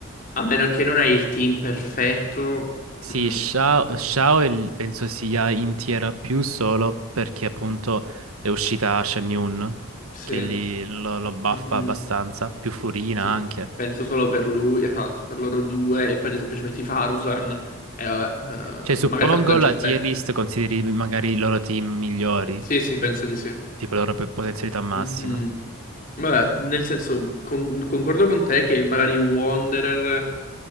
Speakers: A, on the left; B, on the right.
A: A meno che non hai il team perfetto.
B: Sì,
A: mm,
B: Shao, Shao è il- penso sia in Tiera più solo perché appunto è uscita Shen Yun,
A: Sì.
B: che lì lo, lo buffa
A: Mhm,
B: abbastanza, più Furina
A: Sì.
B: anche.
A: Penso solo per lui, esatto, per loro due. E poi ad esempio ci metti Faruzan. E vabbè,
B: Cioè, suppongo
A: eh, magari Faruzan
B: la
A: ci stai.
B: tier list consideri magari i loro team migliori,
A: Sì, sì, penso di sì.
B: tipo le loro pe- potenzialità massime.
A: Mhm. Vabbè, nel senso, con- concordo con te che magari Wanderer.